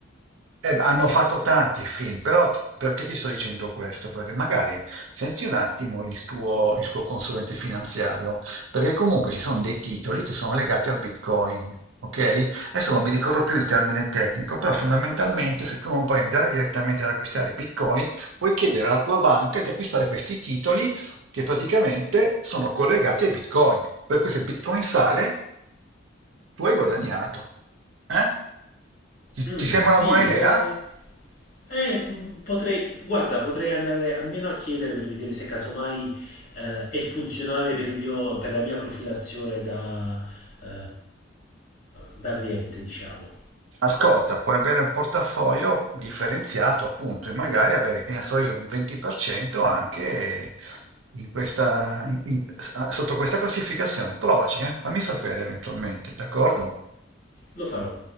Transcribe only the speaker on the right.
Eh, ma hanno fatto tanti film, però ti- perché ti sto dicendo questo? Perché magari senti un attimo il tuo, il tuo consulente finanziario, perché comunque ci sono dei titoli che sono legati al Bitcoin, ok? Adesso non mi ricordo più il termine tecnico, però fondamentalmente se tu non puoi andare direttamente ad acquistare Bitcoin, puoi chiedere alla tua banca di acquistare questi titoli che praticamente sono collegati ai Bitcoin. Per cui se il Bitcoin sale, tu hai guadagnato. eh? Ti,
ti sembra
una buona idea?
Ascolta, puoi avere un portafoglio differenziato, appunto, e magari avere, che ne so io, un 20% anche in questa, in- in- sotto questa classificazione. Provaci, eh? Fammi sapere eventualmente, d'accordo?